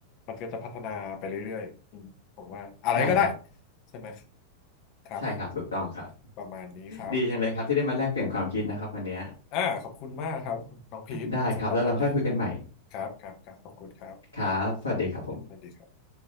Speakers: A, on the left (about 40°); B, on the left (about 75°).
A: มันก็จะพัฒนาไปเรื่อยๆอืมผมว่าอะไรก็ได้
B: ใช่ครับ
A: ใช่ไหมครับ
B: ใช่ครับถูกต้องครับ
A: ประมาณนี้ครับ
B: ดีจังเลยครับที่ได้มาแลกเปลี่ยนความคิดนะครับวันเนี้ย
A: อ่าขอบคุณมากครับน้องพีทสำหรับวันนี้
B: ได้ครับแล้วเราค่อยคุยกันใหม่
A: ครับครับครับขอบคุณครับครับวันดีวันดีครับ
B: ครับสวัสดีครับผม